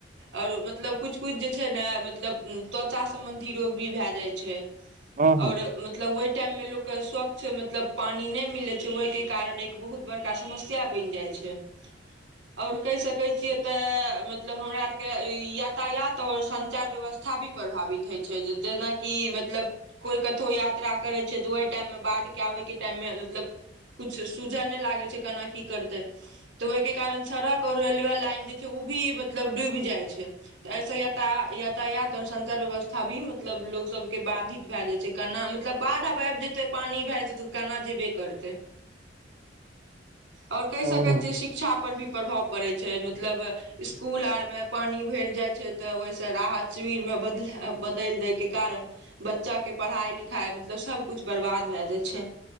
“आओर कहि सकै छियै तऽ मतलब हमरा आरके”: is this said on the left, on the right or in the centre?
Right